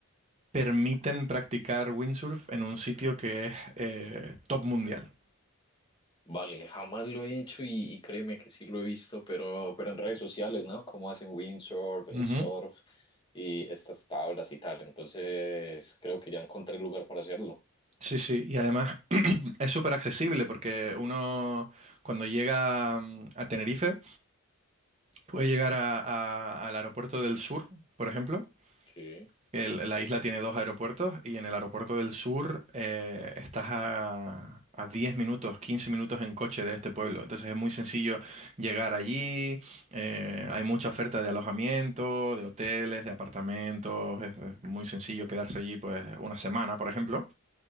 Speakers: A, on the right (about 30°); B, on the left (about 20°).
A: permiten practicar windsurf en un sitio que es eh, top mundial.
B: Vale, jamás lo he hecho y, y créeme que sí lo he visto, pero, pero en redes sociales, ¿no? Como hacen windsurf, el
A: Ujú.
B: surf y estas tablas y tal. Entonces, creo que ya encontré el lugar para hacerlo.
A: Sí, sí, y además <clears throat> es súper accesible porque uno cuando llega mm, a Tenerife puede llegar a- a- al aeropuerto del sur, por ejemplo,
B: Sí,
A: El- la isla tiene dos aeropuertos y en el aeropuerto del sur eh, estás a, a 10 minutos, 15 minutos en coche de este pueblo. Entonces es muy sencillo llegar allí. eh, hay mucha oferta de alojamiento, de hoteles, de apartamentos. Es, es muy sencillo quedarse allí pues una semana, por ejemplo.